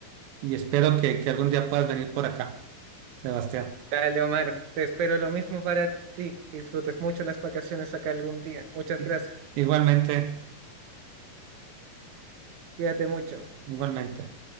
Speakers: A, on the right; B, on the right.
A: y espero que, que algún día puedas venir por acá, Sebastián.
B: Dale, Omar, te espero lo mismo para ti. Disfrutes mucho las vacaciones acá algún día. Muchas
A: I-
B: gracias.
A: Igualmente,
B: Cuídate mucho.
A: igualmente.